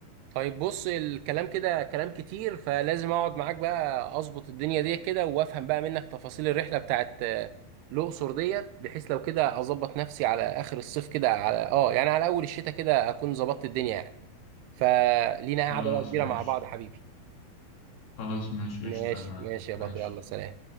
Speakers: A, on the right; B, on the left.
A: طيب بص الكلام كده كلام كتير فلازم أقعد معاك بقى أظبط الدنيا دي كده وأفهم بقى منك تفاصيل الرحلة بتاعت آه، الأقصر ديت بحيث لو كده أظبط نفسي على آخر الصيف كده على أه يعني على أول الشتاء كده أكون ظبطت الدنيا يعني فلينا قاعدة
B: خلاص
A: بقى كبيرة
B: ماشي
A: مع بعض يا حبيبي
B: خلاص ماشي
A: ماشي
B: قشطة يا معلم.
A: ماشي يا
B: ماشي
A: بطل يلا سلام